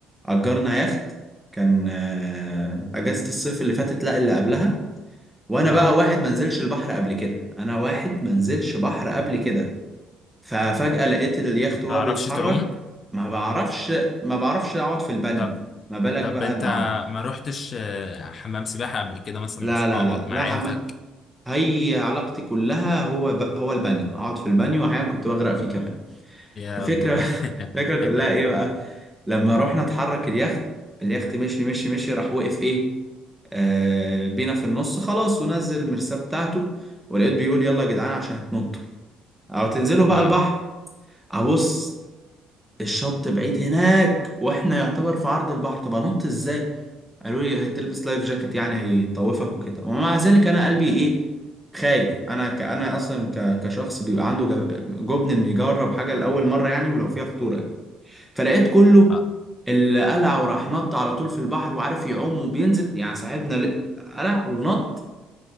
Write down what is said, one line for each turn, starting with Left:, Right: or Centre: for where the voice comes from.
Centre: أجرنا يخت كان آه، أجازة الصيف اللي فاتت لا اللي قبلها وأنا
Left: اه
Centre: بقى واحد منزلش البحر قبل كده أنا واحد منزلش بحر قبل كده ففجأة لقيت اليخت
Left: ما بتعرفش
Centre: وهو بيتحرك
Left: تعوم
Centre: ما بعرفش ما بعرفش أقعد في البانيو
Left: طب
Centre: ما بالك
Left: طب
Centre: بقى
Left: انت
Centre: إن أعوم
Left: ما رحتش آه، حمام سباحه قبل كده مثلا
Centre: لا
Left: مع صحابك
Centre: لا لا لا
Left: مع عيلتك
Centre: هي علاقتي كلها هو ب... هو البانيو اقعد في البانيو واحيانا كنت بغرق فيه كمان
Left: يا
Centre: الفكره
Left: الله <laughs>
Centre: <laughs> الفكره كلها ايه بقى لما رحنا اتحرك اليخت اليخت مشي مشي مشي راح وقف ايه آه بينا في النص خلاص ونزل المرساه بتاعته ولقيت بيقول يلا يا جدعان عشان هتنطوا او تنزلوا بقى
Left: اه
Centre: البحر ابص الشط بعيد هناك واحنا يعتبر في عرض البحر طب انط ازاي قالوا لي هتلبس لايف جاكيت يعني هيطوفك وكده ومع ذلك انا قلبي ايه خايف انا ك... انا اصلا ك... كشخص بيبقى عنده جب... جبن ان يجرب حاجه لاول مره يعني ولو فيها خطوره يعني. فلقيت كله
Left: اه
Centre: اللي قلع وراح نط على طول في البحر وعارف يعوم وبينزل يعني صاحبنا ل- قلع ونط